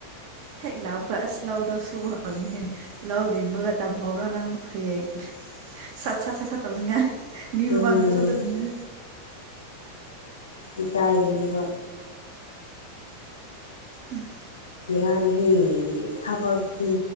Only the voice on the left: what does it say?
ꯎꯝ
ꯏꯀꯥꯏꯒꯅꯤꯕ
ꯏꯔꯥꯅꯤ ꯍꯦ ꯊꯕꯛꯇꯤ